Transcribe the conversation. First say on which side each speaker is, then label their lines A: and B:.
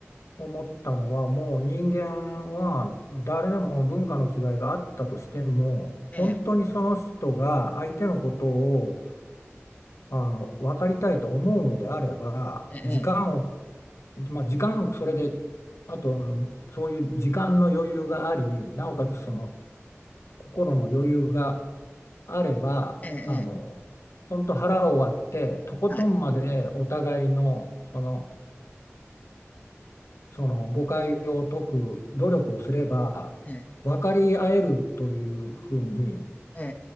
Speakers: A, on the left (about 75°); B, on the left (about 30°).
A: 思ったのは、もう人間は誰でも文化の違いがあったとしても、
B: ええ、
A: 本当にその人が相手のことをあの分かりたいと思うのであれば、
B: ええ、
A: 時間を、まあ、時間、それで、あとあの、そういう時間の余裕があり、なおかつその心の余裕があれば、
B: ええ、ええ、
A: あの、本当腹を割って、とことんまでお互いの、
B: はい、
A: その、その誤解を解く努力をすれば分かり合えるというふうに
B: ええ、ええ、